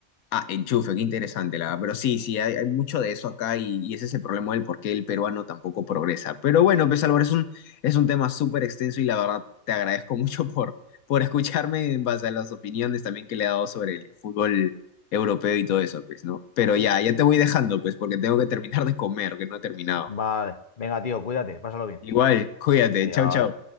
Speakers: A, on the left (about 80°); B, on the left (about 45°).
A: Ah, enchufe, qué interesante, la verdad. Pero sí, sí, hay, hay mucho de eso acá y, y ese es el problema del por qué el peruano tampoco progresa. Pero bueno, pues Álvaro, es un, es un tema súper extenso y la verdad te agradezco <laughs> mucho por, por escucharme en base a las opiniones también que le he dado sobre el fútbol europeo y todo eso, pues, ¿no? Pero ya, ya te voy dejando, pues, porque tengo que terminar de comer, que no he terminado.
B: Vale. Venga, tío, cuídate. Pásalo bien.
A: Igual, cuídate,
B: Adiós.
A: chau, chau.